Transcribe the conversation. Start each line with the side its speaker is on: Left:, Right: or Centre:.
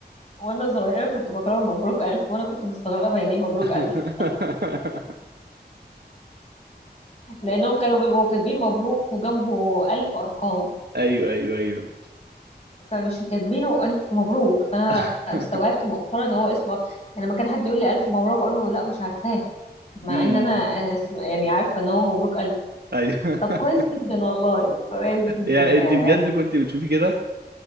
Left: وانا صغيره كنت بقراه مبروك الف وانا كنت مستغربه يعني ايه مبروك
Right: <laughs>
Left: الف لانهم كانوا بيبقوا كاتبين مبروك وجنبه الف ارقام
Right: ايوه ايوه ايوه
Left: فمش كاتبينه الف مبروك فاستوعبت
Right: <laughs>
Left: مؤخرا ان هو اسمه يعني لما كان حد يقول لي الف مبروك اقول له لا مش عارفاه مع
Right: امم
Left: ان انا آه، سم- يعني عارفه ان هو مبروك الف
Right: ايوه
Left: طب كويس
Right: <laughs>
Left: جدا والله كويس جدا
Right: يا انت
Left: آه،
Right: بجد كنت بتشوفي كده